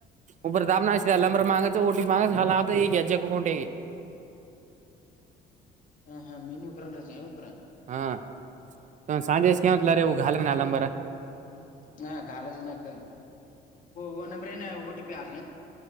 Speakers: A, on the right; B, on the left.
A: ಉಪರ್ ದಾಬನಾ ಸ ಲಂಬರ್ ಮಾಾಗೆ ಕು ಮಾಗಲ್ಲಾವತ ಈಗೆ ಜಗ ಕಟ
B: ಹ ಹಾ ಮೆನುೂ ಉ ಕ ರಚೆ ಉಪರ.
A: ಹಾ ತಂದು ಸಾಜೆಂತಲ್ಲ ರಾಲ ಅಲ್ಲಂಬಾರ.
B: ಹಾ ಗಾಲಜಿನಕ ಓ ನಂಬರೇನ ಓಟಿಪಿ ಆಗ.